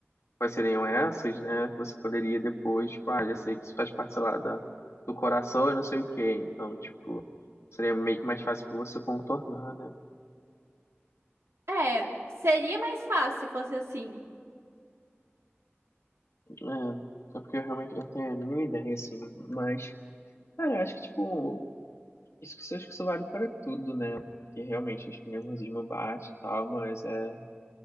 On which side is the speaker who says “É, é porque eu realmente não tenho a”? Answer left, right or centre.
Left